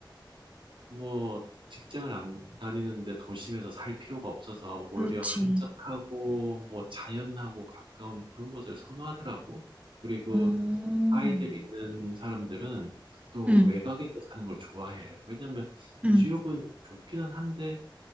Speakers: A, on the right; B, on the right.
A: 뭐, 직장을 안 다니는데 도심에서 살 필요가 없어서 오히려
B: 그렇지.
A: 한적하고 뭐 자연하고 가까운 그런 곳을 선호하더라고. 그리고
B: 음.
A: 아이들 있는 사람들은 또
B: 응,
A: 외곽에서 사는 걸 좋아해. 왜냐면
B: 응.
A: 뉴욕은 좋기는 한데